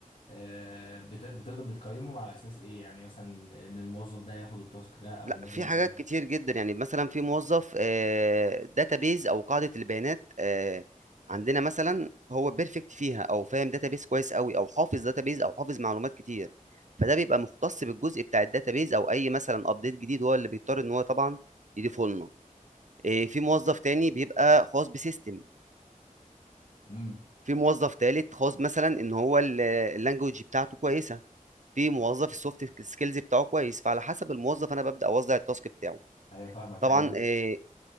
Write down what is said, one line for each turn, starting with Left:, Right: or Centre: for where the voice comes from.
Left: آه، بت- بتقدر بتقيمهم على اساس ايه يعني مثلا ان الموظف ده ياخد التاسك ده او
Right: لا
Left: الموظف
Right: في حاجات
Left: ده
Right: كتير جدا يعني مثلا في موظف داتابيز او قاعده البيانات آه، عندنا مثلا هو بيرفكت فيها او فاهم داتابيز كويس قوي او حافظ داتابيز او حافظ معلومات كتير فده بيبقى مختص بالجزء بتاع الداتابيز او اي مثلا ابديت جديد هو اللي بيضطر ان هو طبعا يضيفه لنا إيه، في موظف تاني بيبقى خاص بسيستم
Left: امم
Right: في موظف تالت خاص مثلا ان هو اللانجوج بتاعته كويسه في موظف السوفت سكيلز بتاعه كويس فعلى حسب الموظف انا ببدا اوزع التاسك بتاعه
Left: ايوه فاهمك
Right: طبعا
Left: يعني
Right: آه،